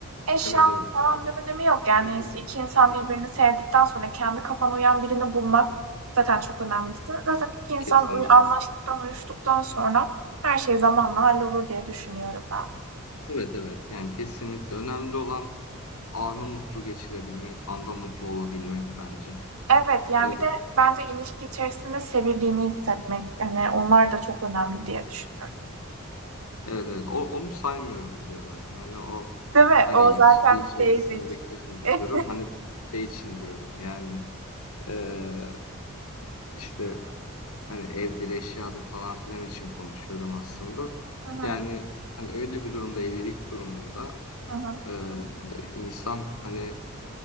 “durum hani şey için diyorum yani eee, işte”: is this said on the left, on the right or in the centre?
Left